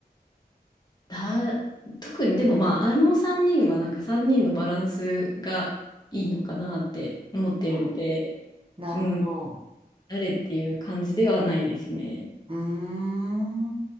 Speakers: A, on the left; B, on the right.
A: だ、特にでもまあ、あの3人はなんか3人のバランスがいいのかなって思ってるので、
B: あなるほど。
A: うん、誰っていう感じではないですね。
B: うーん。